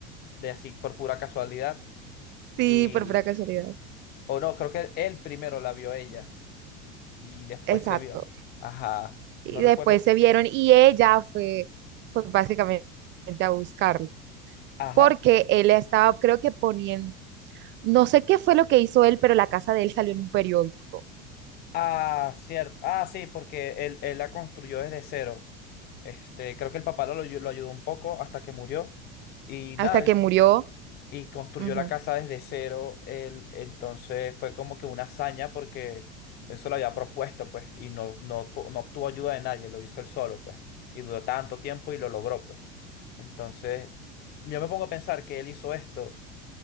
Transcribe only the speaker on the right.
sí,
por pura casualidad,
exacto.
Y
después se vieron y ella fue, pues básicamente a buscarlo,
porque él estaba, creo que poniendo, no sé qué fue lo que hizo él, pero la casa de él salió en un periódico,
hasta
que murió.
Ujú.